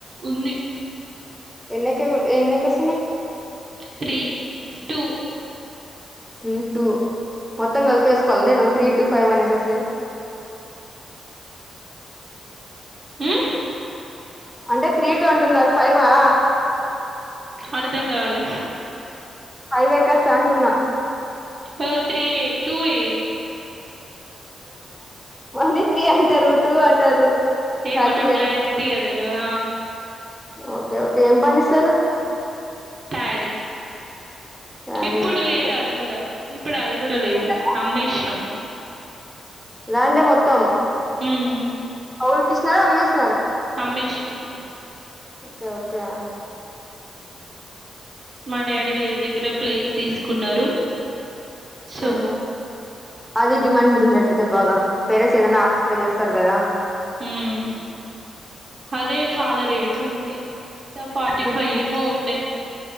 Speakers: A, on the right; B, in the centre.
A: ఉంది
B: ఎన్ని <unintelligible> ఎన్ని ఎకర్స్ ఉన్నాయి
A: త్రీ టూ
B: త్రీ టూ మొత్తం కలిపేసుకోవాల నేను త్రీ టూ ఫైవ్ అనేసేసి
A: ఉ
B: అంటే త్రీ టు అంటున్నారు ఫైవ్ వా
A: అర్ధం కాలే
B: ఫైవ్ ఏకర్స్ ఆ అంటున్నా
A: ఓ త్రీ ఏ టూ ఏ
B: ఓన్లీ త్రీ అంటారు టూ అంటారు
A: ఏమనా
B: ఛార్జీ లేదా
A: క్లారిటీ
B: మీకు కూడా
A: అదలా
B: ఓకే ఓకే ఏం పండిస్తారు
A: ప్యాడీ
B: ప్యాడీ
A: ఇప్పుడు
B: ఓకే
A: లేదు అది కూడా ఇప్పుడు అది కూడా లేదు
B: ఎంతకు
A: అమ్మేష్ినం
B: రంే మొత్తం
A: ఉమ్
B: కవులు కి ఇస్తు స అ
A: అమ్మేసినం
B: ఓకే ఓకే
A: మా డాడి
B: ఉహు
A: వేరే దగ్గర ప్లేస్ తీసుకున్నారు సో
B: ఊహ్మ్ అది డిమాండ్ డున్డిరే అయితే బాగా పేరెంట్స్ ఏదన్నా ఆలోచిచే చేస్ తరు గదా
A: ఊమ్ అదే చాలా రేట్ <unintelligible> ఎంత ఫార్టీ
B: ఉహు
A: ఫైవ్ ఏమో ఉండే